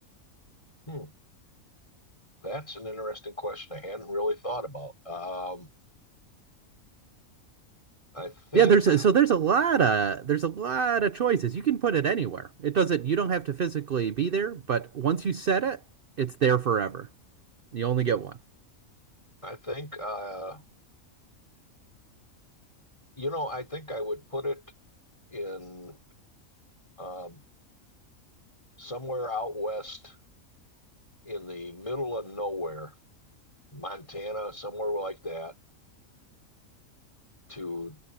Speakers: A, on the left; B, on the right.
A: Hmm, that's an interesting question I hadn't really thought about. Um, I think,
B: Yeah, there's a, so there's a lot of there's a lot of choices. You can put it anywhere. It doesn't you don't have to physically be there, but once you set it, it's there forever. You only get one.
A: I think, uh, you know, I think I would put it in um, somewhere out west in the middle of nowhere, Montana, somewhere like that, to